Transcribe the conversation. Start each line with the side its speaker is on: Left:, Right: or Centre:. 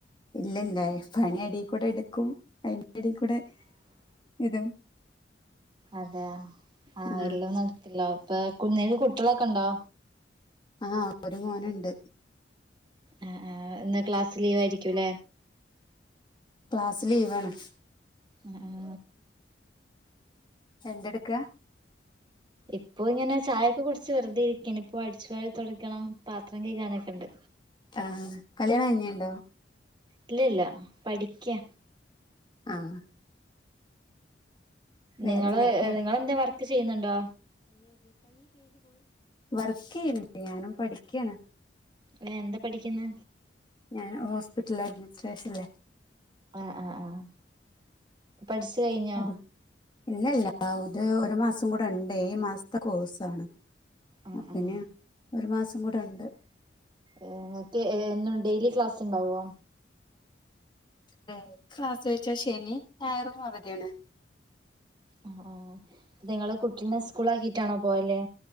Left: ഇല്ലല്ല പണി എടീക്കൂടെ ഇട്ക്കും അയിന്റെടെ കൂടെ ഇതും
Right: അതെയൊ ആഹ്
Left: ആ
Right: എല്ലൊന്നും എട്ത്തില്ല ഇപ്പ കു ഇങ്ങക്ക് കുട്ട്യളൊക്കെണ്ടോ
Left: ആഹ് ഒര് മോന്ണ്ട്
Right: ആഹ് ആഹ് ഇന്ന് ക്ലാസ് ലീവായിരിക്കുലേ
Left: ക്ലാസ് ലീവാണ്
Right: ആഹ് ആഹ്
Left: എന്തെട്ക്കാ
Right: ഇപ്പൊ ഇങ്ങനെ ചായൊക്കെ കുടിച്ച് വെറ്തെ ഇരിക്കാണ് ഇപ്പൊ അടിച്ചുവാരി തൊടക്കണം പാത്രം കൈകാനൊക്കെണ്ട്
Left: ആഹ് കല്യാണം കഴിഞ്ഞിണ്ടോ
Right: ഇല്ലല്ല പഠിക്ക്യ
Left: ആഹ് വേറെന്തേക്കെ?
Right: നിങ്ങള് നിങ്ങളെന്താ വർക്ക് ചെയ്യുന്നുണ്ടോ
Left: വർക്കെയ്യ്ണ് <unintelligible> ഞാനും പഠിക്ക്യാണ്
Right: ഏഹ് എന്താ പഠിക്ക്ന്ന്
Left: ഞാന് ഹോസ്പിറ്റൽ അഡ്മിനിസ്ട്രേഷൻല്ലേ
Right: ആഹ് ആഹ് ആഹ് പഠിച്ച് കഴിഞ്ഞോ
Left: അത് ഇല്ല ഇല്ല അത് ഒരു മാസം കൂടെണ്ട് ഏഴ് മാസത്തെ കോഴ്സാണ്
Right: ആഹ്
Left: അപ്പന്നെ
Right: ആഹ്
Left: ഒരു മാസം കൂടെണ്ട്
Right: ഏഹ് ഇങ്ങക്ക് എന്നും ഡെയിലി ക്ലാസ്ണ്ടാവോ
Left: ഡെയ്ലി ക്ലാസ് ചോയിച്ചാ ശനിം ഞായറും അവധിയാണ്
Right: ആഹ് ആഹ് നിങ്ങള് കുട്ടിനെ സ്കൂളിലാക്കിട്ടാണോ പോവല്